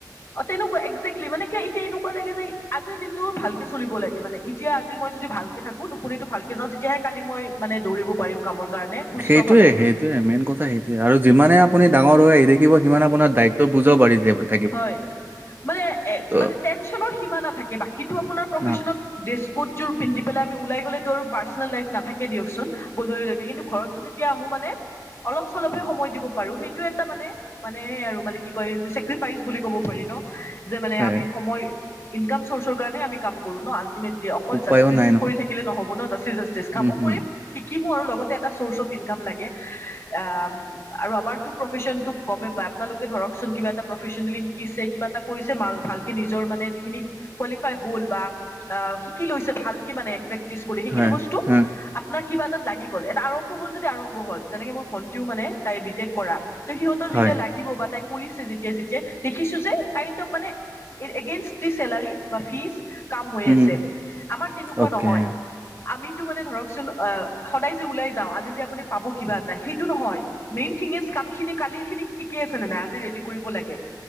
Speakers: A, on the left; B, on the right.
A: অ, তেনেকুৱা একজেক্টলি মানে কিয় এতিয়া এনেকুৱা লাগে যে আজি দিনটো ভাল ভালকে চলিব লাগে মানে এতিয়া আজি মই যদি ভালকে থাকো, টোপনিতো ভালকে যাওঁ। তেতিয়াহে কালি মই মানে দৌৰিব পাৰিম কামৰ কাৰণে সুস্থ
B: সেইটোৱে-সেই।
A: ভাৱে
B: সেইটোৱে মেইন কথা সেইটোৱে আৰু যিমানে আপুনি ডাঙৰ হৈ আহি থাকিব, সিমানে আপোনাৰ দায়িত্ব বুজা বাঢ়ি <unintelligible>
A: হয়, মানে-মানে
B: ত'
A: টেনচনৰ সীমা নাথাকে। বাকীতো আপোনাৰ প্ৰফেশচনত
B: নাত
A: ড্ৰেছকোট জোৰ পিন্ধি পেলাই আমি ওলাই গ'লে, ত পাৰ্চনেল লাইফ নাথাকে দিয়কচোন। গধূলিলৈকে, কিন্তু ঘৰতো যেতিয়া আহো মানে অলপ-চলপহে সময় দিব পাৰো, সেইটো এটা মানে-মানে আৰু মানে কি কয় এইটো চেত্ৰিপ্ৰাইছ বুলি ক'ব পাৰি ন, যে মানে
B: হয়,
A: আমি সময় ইনকাম চৰ্চৰ কাৰণে আমি কাম কৰো ন। আল্টিমেটলি, অকল
B: উপায়ো
A: জাস্তিত
B: নাই নহয়।
A: কৰি থাকিলে নহ'ব ন, জাষ্টি-জাষ্টি, কামো
B: উম, হুম,
A: কৰিম। শিকিমো আৰু লগতে এটা চৰ্চ অফ ইনকাম লাগে, আহ আৰু আমাৰতো প্ৰফেচন তো কমে পায়, আপোনালোকে ধৰকচোন কিবা এটা প্ৰফেচনেলি শিকিছে কিবা এটা কৰিছে মাল ভালকে নিজৰ মানে যিখিনি কোৱালিফাই হ'ল বা আহ শিকি লৈছে ভালকে মানে প্ৰেক্টিচ কৰি সেইখিনি
B: হয়,
A: বস্তু
B: হুম,
A: আপোনাৰ কিবা এটাত লাগি গ'ল এটা আৰম্ভ হ'ল যদি আৰম্ভ হ'ল, যেনেকে মোৰ ভন্টিও মানে তাই বিটেক কৰা। ত সিহঁতৰ
B: হয়,
A: যেতিয়া লাগিব বা তাই কৰিছে যি যেতিয়া তেতিয়াই দেখিছো যে কাইণ্ড অফ মানে এগেইনষ্ট দি চেলাৰী বা ফিজ কাম হৈ
B: উম,
A: আছে, আমাৰ তেনেকুৱা
B: অ'কে।
A: নহয়। আমিতো মানে ধৰকচোন আহ' সদায় যে ওলাই যাওঁ, আজি যে আপুনি পাব কিবা এটা সেইটো নহয়। মেইন থিং ইজ কামখিনি কালিৰ খিনি ঠিকে আছে নে নাই, আজি ৰেদি কৰিব লাগে,